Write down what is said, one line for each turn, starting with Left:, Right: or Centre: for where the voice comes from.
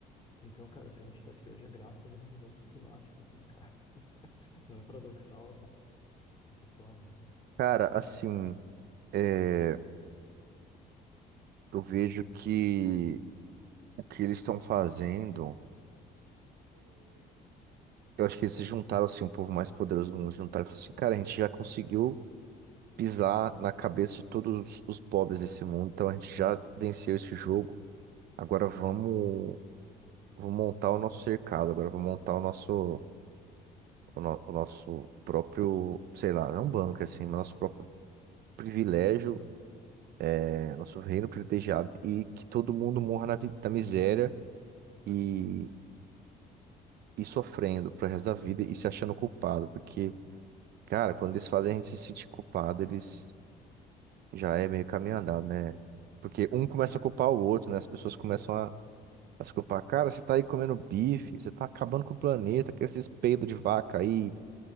Left: Então, cara, se a gente tá aqui hoje é graças às mudanças climáticas, né, cara? <laughs> Não é paradoxal essa, essa história, velho.
Right: Cara, assim, é, eu vejo que o que eles estão fazendo, eu acho que eles se juntaram, assim, o povo mais poderoso do mundo se juntaram e falaram assim, cara, a gente já conseguiu pisar na cabeça de todos os pobres desse mundo, então a gente já venceu esse jogo, agora vamos, vamos montar o nosso cercado, agora vamos montar o nosso o, no- o nosso próprio, sei lá, não bunker, assim, mas nosso próprio privilégio, é, nosso reino privilegiado e que todo mundo morra na, vi- na miséria e, e sofrendo pro resto da vida e se achando culpado, porque, cara, quando eles fazem a gente se sentir culpado, eles já é meio caminho andado, né? Porque um
Left: Então,
Right: começa a culpar o outro, né? As pessoas começam
Left: exato.
Right: a, a se culpar. Cara, você tá aí comendo bife, você tá acabando com o planeta, com esses peidos de vaca aí